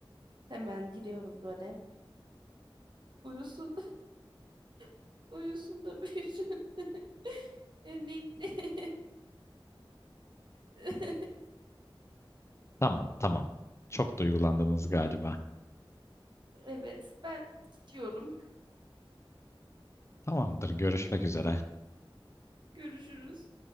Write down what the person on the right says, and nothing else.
Hemen giriyorum role. Uyusun. <laughs> Uyusun da büyüsün. <laughs> Ninni. <laughs>
Evet ben gidiyorum.
Görüşürüz.